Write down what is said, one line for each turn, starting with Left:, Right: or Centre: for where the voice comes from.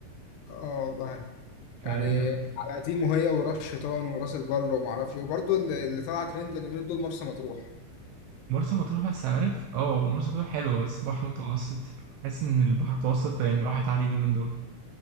Left: اه والله
Right: <laughs> فهي
Left: يعني
Right: مك...
Left: على قديمه هي وراس شيطان وراس البر وما اعرفش ايه وبرضه اللي, اللي طلع ترند اليومين دول مرسى مطروح
Right: مرسى مطروح بس عارف اه مرسى مطروح حلوه بس بحر متوسط حاسس ان البحر المتوسط يعني راحت عليه اليومين دول